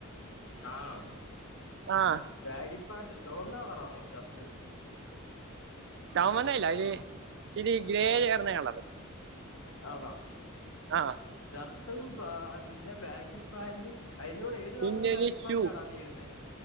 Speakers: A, on the left; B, on the right.
A: ആണോ
B: ആഹ്
A: ബാഗി പാൻ്റോ ചുവന്ന കളറാണോ ഷർട്ട്
B: ചുമന്ന അല്ല ഒരു ഇചിരി ഗ്രേ ചേർന്ന കളറ്
A: ആന്നോ
B: ആഹ്
A: ഷർട്ടും പിന്നെ ബാഗി പാന്റും അതിന്റെ കൂടെ ഏത്
B: പിന്നെ
A: കളർ ബാഗി
B: ഒരു ഷൂ
A: പാൻ്റ് ആടാ നീ ഇടുന്നേ